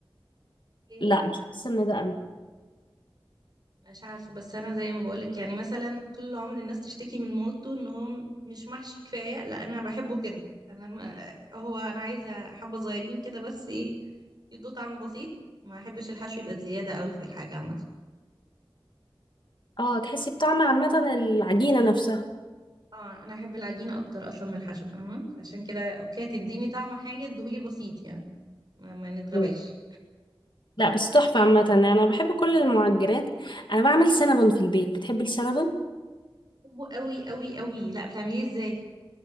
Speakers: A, on the right; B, on the left.
A: اوكي
B: لا مش حاسه ان ده انا
A: مش عارفة بس أنا زي ما بقولك يعني مثلا طول العمر الناس تشتكي من مولتو إن هو م- مش محشي كفاية لا أنا بحبه كده أنا ما هو أنا عايزة حبة صغيرين كده بس إيه يدوا طعم بسيط ما أحبش الحشو يبقى زيادة قوي في الحاجة عامة
B: اه تحسي بطعم عامه العجينه نفسها
A: اه أنا أحب العجينة أكتر أصلا من الحشو فاهمة عشان كده أوكي هتديني طعم حاجة ادهولي بسيط يعني ما, ما نتغباش
B: مم. لا بس تحفه عامه يعني انا بحب كل المعجنات انا بعمل سينابون في البيت بتحبي السينابون
A: بحبه قوي قوي قوي لا بتعمليه ازاي